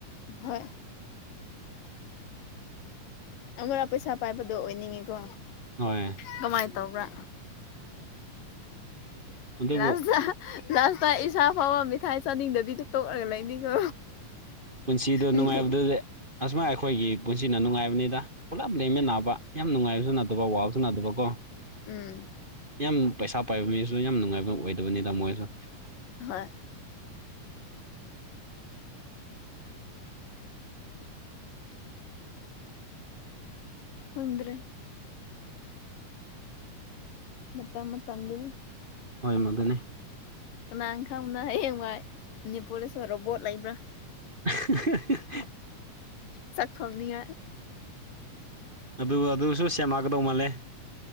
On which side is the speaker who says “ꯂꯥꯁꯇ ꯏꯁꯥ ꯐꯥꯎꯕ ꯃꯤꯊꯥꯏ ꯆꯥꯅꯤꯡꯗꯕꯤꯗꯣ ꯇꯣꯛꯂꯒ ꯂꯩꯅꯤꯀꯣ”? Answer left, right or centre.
Left